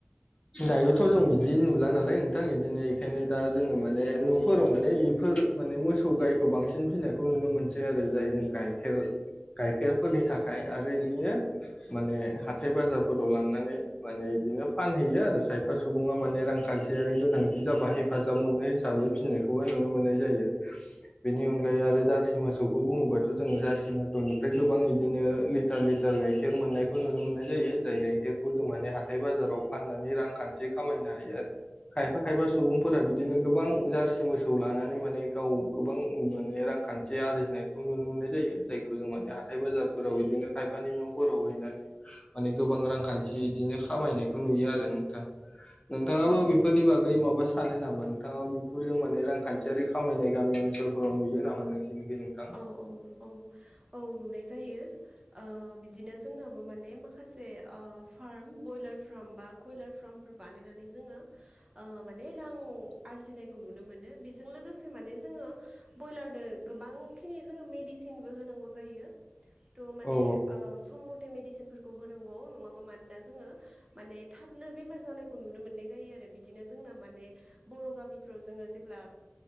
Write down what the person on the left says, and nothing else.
दायोथ' जों बिदि नुला नालाय नोंथां बिदिनो बेखायनो दा जोङो माने न'फोराव माने बेफोर माने मोसौ गायखौ बांसिन फिनायखौ नुनो मोनसै आरो जाय जों गाइखेर गाइखेर फोरनि थाखाय आरो बिदिनो माने हाथाय बाजारफोराव लांनानै माने बिदिनो फानहैयो आरो खायफा सुबुङा माने रांखान्थियारि गोनांथि जाबा हेफाजाब मोनो। थाबै फिननायखौबो नुनो मोननाय जायो। बेनि अनगायै आरो जार्सि मोसौखौ बुङोबाथ' जोङो जार्सि मोसौनिफ्राय गोबां बिदिनो लिटार लिटार गाइखेर मोननायखौ नुनो मोननाय जायो। जाय गाइखेरखौ जों माने हाथाय बाजाराव फाननानै रांखान्थि खामायनो हायो आरो खायफा खायफा सुबुंफोरा बिदिनो गोबां जारसि मोसौ लानानै माने गाव गोबां माने रांखान्थि आरजिनायखौ नुनो मोननाय जायो। जायखौ जों माने हाथाय बाजारफोराव बिदिनो खायफानि न'फोराव हैनानै माने गोबां रांखान थि इदिनो खामायनायखौ नुयो आरो नोंथां नोंथाङाबो
बेफोरनि बागै माबा सानो नामा? नोंथाङा बेफोरजों माने रांखान्थियारि खामायनाय गामि ओनसोलफोराव नुयो नामा नोंसिोरनिखै नोंथां?
औ